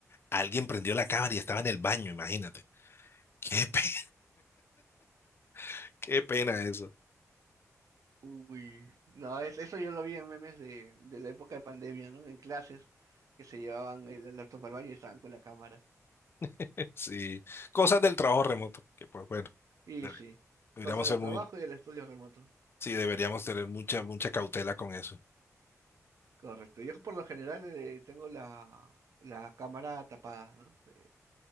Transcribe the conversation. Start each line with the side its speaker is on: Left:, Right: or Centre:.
Left: alguien prendió la cámara y estaba en el baño, imagínate. Qué pena, <laughs> qué pena eso.
Right: uy, no, es, eso yo lo vi en memes de, de la época de pandemia, ¿no? En clases que se llevaban el, el laptop al baño y estaban con la cámara.
Left: <laughs> Sí, cosas del trabajo remoto, que pues bueno,
Right: Y
Left: debe-
Right: sí,
Left: deberíamos
Right: cosas
Left: ser
Right: del
Left: muy,
Right: trabajo y del estudio remoto.
Left: sí, deberíamos tener mucha, mucha cautela con eso.
Right: Correcto. Yo por lo general eh, tengo la, la cámara tapada, ¿no? De,